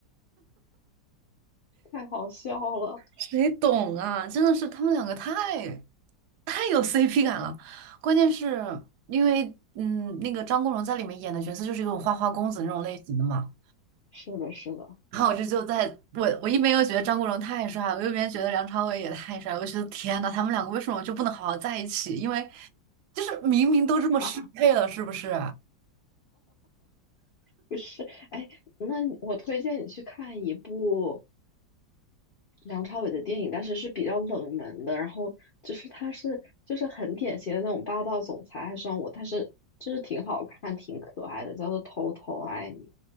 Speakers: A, on the left; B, on the right.
A: 太好笑了。
B: 谁懂啊？真的是他们两个太太有 CP 感了。关键是因为，嗯，那个张国荣在里面演的角色就是一种花花公子那种类型的嘛。
A: 是的，是的，
B: 然后我这就在我我一边又觉得张国荣太帅了，我一边觉得梁朝伟也太帅了，我觉得天呐，他们两个为什么就不能好好在一起？因为就是明明都这么适配了，
A: <laughs> 啊，
B: 是不是？
A: 不是，哎，那我推荐你去看一部。梁朝伟的电影，但是是比较冷门的。然后就是他是就是很典型的那种霸道总裁爱上我，但是就是挺好看、挺可爱的，叫做《偷偷爱你》。